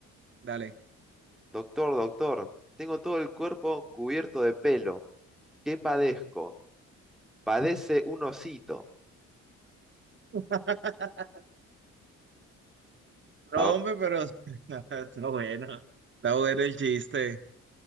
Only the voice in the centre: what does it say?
Doctor, doctor, tengo todo el cuerpo cubierto de pelo. ¿Qué padezco? Padece un osito.
A ver,